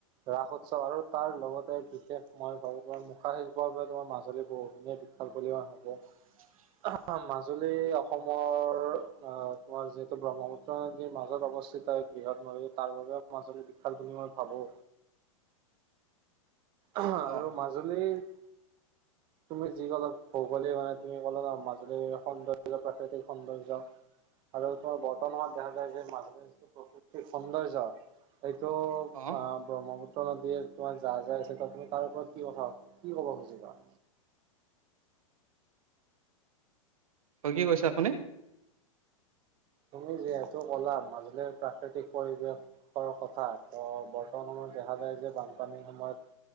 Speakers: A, on the right (about 25°); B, on the right (about 80°).
A: ৰাস উৎসৱ আৰু তাৰ লগতে বিশেষ মই ভাবো তোমাৰ মুখা শিল্প বাবে তোমাৰ মাজুলী বহু গুণে বিখ্যা <unintelligible>
B: <inaudible>
A: অ', মাজুলী অসমৰ অ', তোমাৰ যি ত, ব্ৰহ্মপুত্ৰৰ নদীৰ মাজত অৱস্থিত, এক বৃহৎ নদী তাৰ বাবেও মাজুলী বিশাল বুলি মই ভাবো। আহ আৰু
B: অ',
A: মাজুলীৰ তুমি যি ক'লা ভৌগলিক মানে তুমি ক'লা <unintelligible> মাজুলীৰ সৌন্দৰ্য্য প্ৰাকৃতিক সৌন্দৰ্য্য আৰু তোমাৰ বৰ্তমান সময়ত দেখা যায় যে মানুহে যিটো প্ৰাকৃতিক সৌন্দৰ্য এইটো
B: অ'
A: অ ব্ৰহ্মপুত্ৰ নদীৰ তোমাৰ যাহা যাই আছে ত তুমি তাৰ ওপৰত কি কথা কি ক'ব খুজিবা।
B: অ কি কৈছে আপুনি।
A: তুমি যিহেতু কলা মাজুলীৰ প্ৰাকৃতিক পৰিৱেশ কথা ত' বৰ্তমান সময়ত দেখা যায় যে বানপানীৰ সময়ত